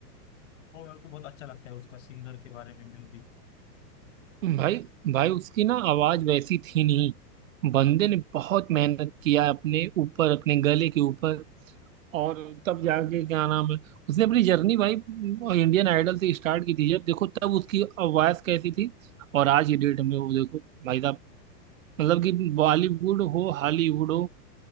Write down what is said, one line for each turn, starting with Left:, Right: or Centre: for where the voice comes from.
Left: वो मेरे को बहुत अच्छा लगता है उसका सिंगर के बारे में म्यूजिक
Right: भाई भाई उसकी ना आवाज वैसी थी नहीं बंदे ने बहुत मेहनत किया अपने ऊपर अपने गले के ऊपर और तब जाके क्या नाम है उसने अपनी जर्नी भाई इंडियन आइडल से स्टार्ट की थी जब देखो तब उसकी आवाज कैसी थी और आज की डेट में वो देखो भाई साहब मतलब कि बॉलीवुड हो हॉलीवुड हो